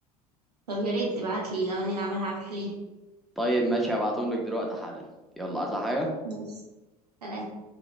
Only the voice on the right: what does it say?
طب يا ريت تبعت لي الاغاني اللي عملها عبد الحليم
ماشي سلام